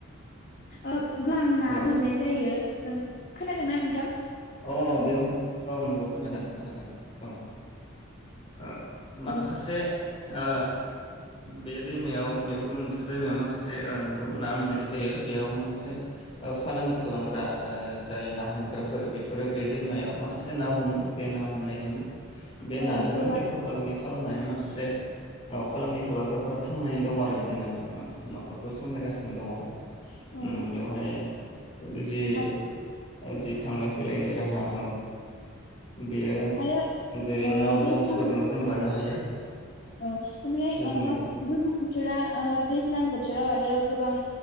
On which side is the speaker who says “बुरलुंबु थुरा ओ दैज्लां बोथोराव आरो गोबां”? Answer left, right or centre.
Left